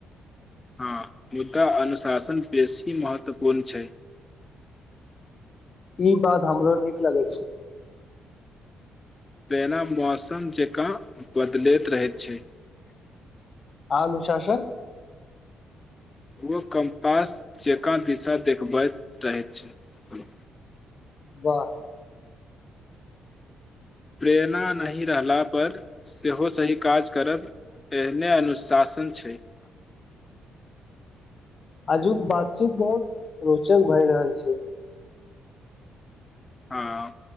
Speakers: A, on the left; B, on the left.
A: हँ मुद्दा अनुशासन बेसी महत्वपूर्ण छै
B: ई बात हमरो नीक लगै छै
A: तेना बस जेका बदले रहैत छै
B: अनुशासन
A: ओ कम पास जेकाँ दिशा देखबैत रहैत छै
B: वाह
A: प्रेरणा नहि रहला पर सेहो सही काज करब एहने अनुशासन छै <unintelligible>
B: आजुक बातचीत बहुत रोचक भऽ रहल छै
A: हँ